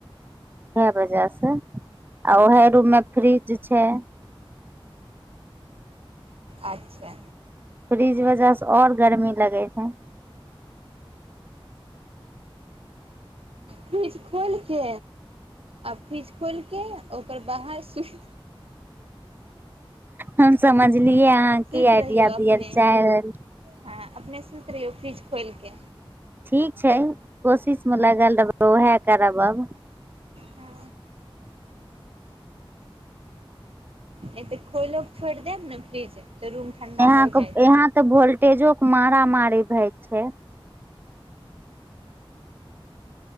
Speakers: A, on the right; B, on the right.
A: इएह वजह से आ उएह रूम मे फ्रिज छै।
B: अच्छै।
A: फ्रीज वजह <inaudible> और गर्मी लगे छै।
B: फ्रिज खोलिके आ फ्रिज खोलिके ओकर बाहर स <unintelligible>
A: हम समझ बुझलिए अहां
B: सुति
A: के कि आइडिया
B: रहियौ अपने
A: देल जाय।
B: हँ अपने सुति रहियो फ्रिज खोलि के
A: ठीक छै कोशिशमे लागल रहबै, उएह करब आब।
B: हँ ए त खोलिये के छोड़ि देब ने फ्रिज तऽ रूम ठण्डा
A: अहां
B: हो
A: के
B: जायत
A: यहाँ त वोल्टेजोके मारामारी भय छै।